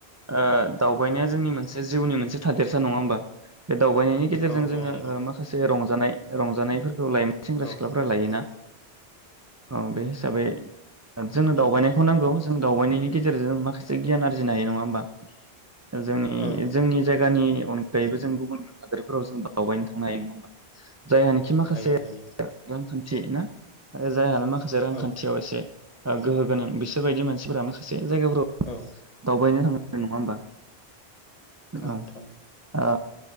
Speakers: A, on the right (about 30°); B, on the left (about 40°).
A: ओ दावबायनाया जोंनि मोनसे जिउनि मोनसे थादेरसा नङा होमबा बे दावबायनायनि गेजेरजों
B: औ
A: जोङो
B: औ नंगौ
A: ओ माखासे रंजानाय रंजानायफोर सेंग्रा
B: औ
A: सिख्लाफ्रा लायोना
B: औ
A: अ बे बे जोंनो दावबायनायखौ नांगौ जों दावबायनायनि गेजेरजों
B: नंगौ
A: माखासे गियान आरजिनो हायो नङा हो बा जोंनि
B: औ नंगौ
A: जोंनि जायगानि अनगायैबो जों गुबुन हादोरफोराव जों दावबायनो थांनो हायो नङा होमबा जायहानिखि माखासे
B: हायो हायो
A: <inaudible> थि ना जाय हालामा माखासे रांखान्थियाव
B: औ
A: एसे ओ गोहो गोनां बिसोरबायदि मानसिफोरा माखासे जायगाफोर
B: औ
A: द बायनो थां नङा होमबा?
B: थाङो
A: औ
B: थाङो
A: अ